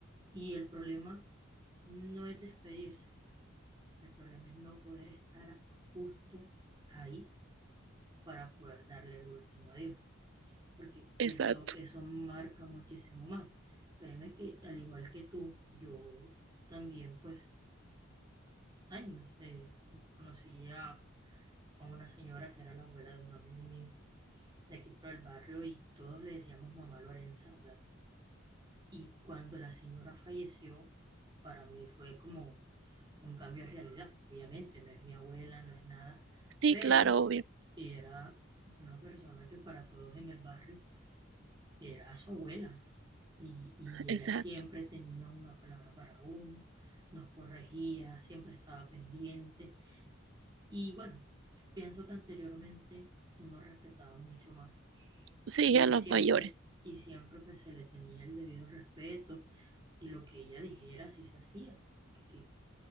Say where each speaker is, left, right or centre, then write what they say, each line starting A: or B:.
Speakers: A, on the right; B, on the right.
A: y el problema no es despedirse, el problema es no poder estar justo ahí para poder darle el último adiós, porque
B: Exacto.
A: eso, eso marca muchísimo más. Créeme que al igual que tú, yo también pues años eh, conocí a, a una señora que era la abuela de un amigo mío de aquí por el barrio y todos le decíamos mamá Lorenza, o sea, y cuando la señora falleció, para mí fue como un cambio de realidad, obviamente, no es mi abuela, no es nada,
B: Sí,
A: pero
B: claro, obvio.
A: era una persona que para todos en el barrio era su abuela y, y
B: Exacto.
A: ella siempre tenía una palabra para uno, nos corregía, siempre estaba pendiente. Y bueno, pienso que anteriormente uno respetaba mucho más
B: Sí,
A: y
B: a los
A: siempre,
B: mayores.
A: y siempre pues se le tenía el debido respeto y lo que ella dijera sí se hacía, porque